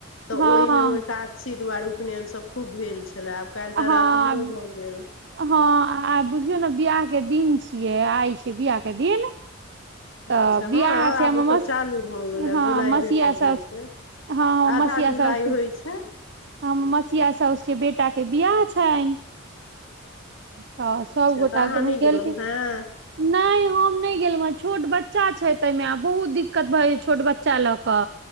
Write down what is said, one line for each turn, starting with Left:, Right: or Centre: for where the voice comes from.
Left: तऽ
Right: हँ
Left: ओहिमे एका सी दुआरे उपनयनसभ खूब भेल छलै आब काल्हि तऽ
Right: हँ
Left: रातिमो भऽ गेल
Right: हँ आ बुझियौ न बिआह के दिन छियै आइ छ बियाह के दिन
Left: अच्छा
Right: तऽ
Left: हँ
Right: बिआह
Left: आब
Right: छै
Left: ओ
Right: मस
Left: तऽ चालू भऽ गेलै आब
Right: हँ
Left: जुलाई
Right: मसिया
Left: भरि तक हेतै
Right: सब हँ हँ
Left: आधा
Right: मसीहा
Left: जुलाई
Right: सौसके
Left: होइ छै
Right: हम मसिया सौस के बेटाके बियाह छनि तऽ सभगोटा
Left: अच्छा तऽ अहाँ नहि
Right: गेलखिन
Left: गेलहुँ हेँ
Right: नय हम नय गेलुहँ छोट बच्चा छै तै मे आब बहुत दिक्कत भए छै छोट बच्चा लऽ क